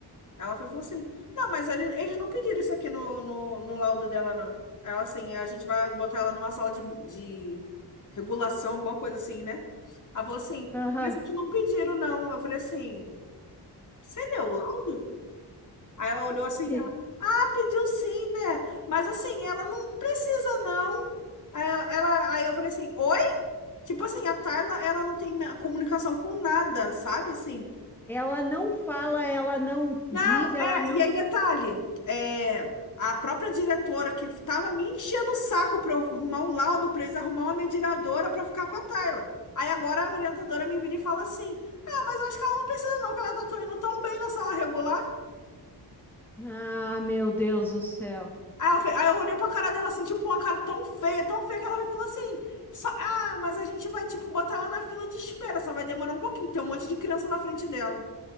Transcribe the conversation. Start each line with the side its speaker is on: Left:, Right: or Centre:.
Left: Ela foi- falou assim: Não, mas a gente- eles não pediram isso aqui no, no, no laudo dela, não. Ela assim: A gente vai botar ela numa sala de, de regulação, alguma coisa assim, né? Ela falou assim:
Centre: aham.
Left: Mas a gente não pediram, não. Eu falei assim: Você leu o laudo? Aí ela olhou assim:
Centre: <laughs>
Left: ela, Ah, pediu sim, né? Mas assim, ela não precisa, não. Aí, ela, ela- aí eu falei assim: Oi? Tipo assim, a Tayla, ela não tem me- comunicação com nada, sabe? Assim.
Centre: Ela não fala, ela não
Left: Não,
Centre: diz, ela
Left: é,
Centre: não.
Left: e aí detalhe, é, a própria diretora que estava me enchendo o saco para eu arrumar um laudo, para eles arrumar uma mediadora para ficar com a Tayla. Aí agora a orientadora me vira e fala assim: Ah, mas eu acho que ela não precisa, não, que ela tá tão- indo tão bem na sala regular.
Centre: Ah, meu Deus do céu.
Left: Aí, ela fe- aí eu olhei pra cara dela assim, tipo, com uma cara tão feia, tão feia, que ela me falou assim: só- Ah, mas a gente vai, tipo, botar ela na fila de espera, só vai demorar um pouquinho, tem um monte de criança na frente dela.